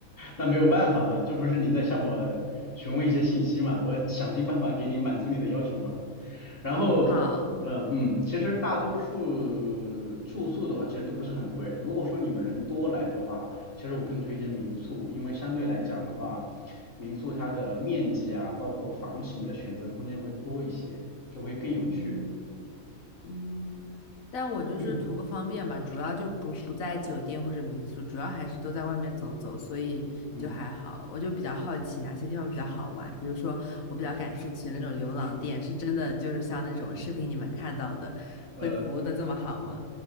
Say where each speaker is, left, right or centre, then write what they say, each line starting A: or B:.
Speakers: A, on the left; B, on the left.
A: 那没有办法嘛，这不是你在向我询问一些信息嘛，我想尽办法给你满足你的要求嘛。然后，
B: 好，
A: 嗯嗯，其实大多数住宿的话，其实都不是很贵。如果说你们人多来的话，其实我更推荐民宿，因为相对来讲的话，民宿它的面积啊，包括房型的选择空间会多一些，就会更有趣。
B: 嗯。嗯，但我就是图个方便吧，
A: <coughs>
B: 主要就不不在酒店或者民宿，主要还是都在外面走走，所以就还好。
A: 嗯
B: 我就比较好奇哪些地方比较好玩，比如说我比较感兴趣的那种牛郎店，
A: 嗯，
B: 是真的就是像那种视频里面看到的，
A: 呃，
B: 会服务的这么好吗？